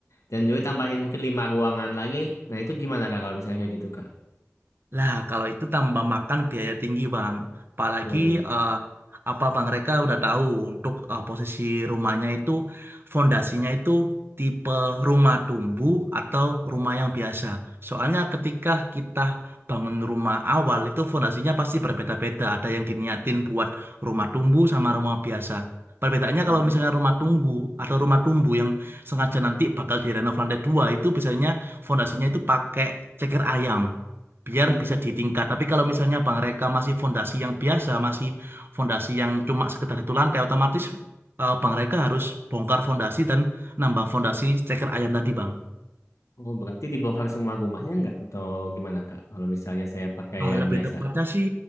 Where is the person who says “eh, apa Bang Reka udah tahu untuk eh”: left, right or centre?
Right